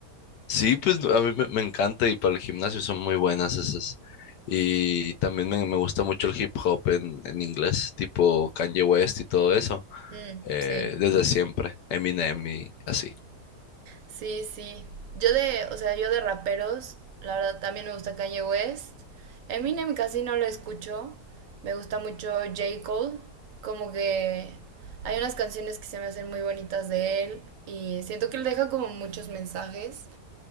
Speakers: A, on the left; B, on the right.
A: Sí, pues a mí me, me encanta y para el gimnasio son muy buenas esas. Y también me, me gusta mucho el hip hop en, en inglés, tipo Kanye West y todo eso,
B: Mm,
A: eh,
B: sí,
A: desde siempre, Eminem y así.
B: sí, sí. Yo de, o sea, yo de raperos, la verdad también me gusta Kanye West. Eminem casi no lo escucho. Me gusta mucho J. Cole. Como que hay unas canciones que se me hacen muy bonitas de él y siento que él deja como muchos mensajes.